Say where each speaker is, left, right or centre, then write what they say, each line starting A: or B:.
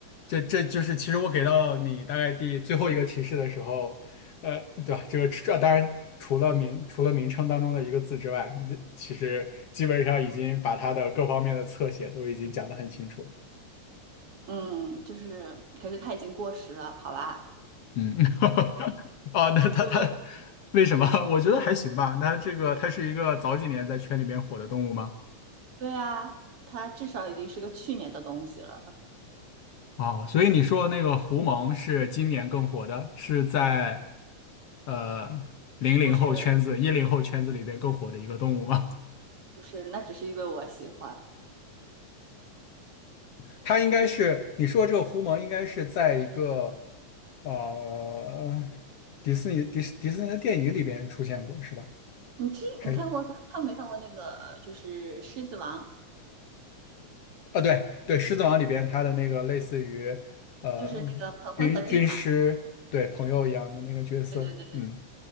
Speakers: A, on the left (about 60°); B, on the right (about 50°).
A: 这这就是其实我给到你大概第最后一个提示的时候，呃，对吧？这个这当然除了名除了名称当中的一个字之外，这其实基本上已经把它的各方面的侧写都已经讲的很清楚了。
B: 嗯，就是，可是他已经过时了，好吧？
A: 嗯，<laughs> 啊，那它它
B: 对，
A: 为什么？<laughs> 我觉得还行吧。那这个它是一个早几年在圈里边火的动物吗？
B: 对啊，他至少已经是个去年的东西了，
A: 啊，所以你说那个胡蒙是今年更火的，是在呃零零后圈子、
B: 不是
A: 一零后圈子里边更火的一个动物吗？
B: 不是，那只是因为我喜欢。
A: <laughs> 它应该是你说这个狐蒙应该是在一个呃迪士尼迪士迪士尼的电影里边出现过是吧？
B: 你这你看过看没看过那个就是《狮子王》，
A: 还啊对对，《狮子王》里边它的那个类似于呃
B: 就是那个鹏鹏和丁满？
A: 军军师对朋友一样的那个角色，
B: 对对对。
A: 嗯